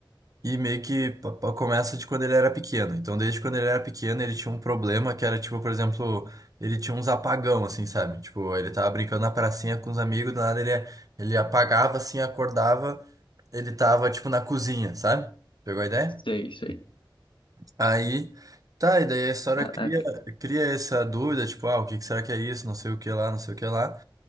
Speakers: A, on the right; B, on the left.
A: E meio que pa- pa- começa de quando ele era pequeno. Então, desde quando ele era pequeno, ele tinha um problema que era, tipo, por exemplo, ele tinha uns apagão, assim, sabe? Tipo, ele tava brincando na pracinha com os amigos, do nada ele, ele apagava, assim, acordava, ele tava, tipo, na cozinha, sabe? Pegou a ideia?
B: Sei, sei.
A: Aí, tá, e daí a história
B: Caraca,
A: cria, cria essa dúvida, tipo, ah, o que que será que é isso? Não sei o que lá, não sei o que lá.